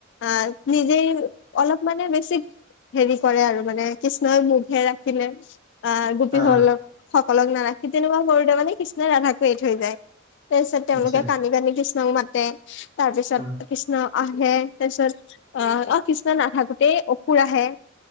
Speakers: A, on the left (about 60°); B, on the right (about 25°).
A: আহ নিজে অলপ মানে বেছি হেৰি কৰে আৰু মানে কৃষ্ণই মুখে ৰাখিলে আহ গোপীসল
B: অ
A: সকলক নাৰাখি তেনেকুৱা কৰিলে মানে কৃষ্ণই ৰাধাকো এৰি থৈ যায়। তাৰপিছত তেওঁলোকে
B: আচ্ছা
A: কান্দি, কান্দি কৃষ্ণক মাতে। তাৰপিছত
B: অ
A: কৃষ্ণ আহে তাৰপিছত অ, অ, কৃষ্ণ নাথাকোতেই অসুৰ আহে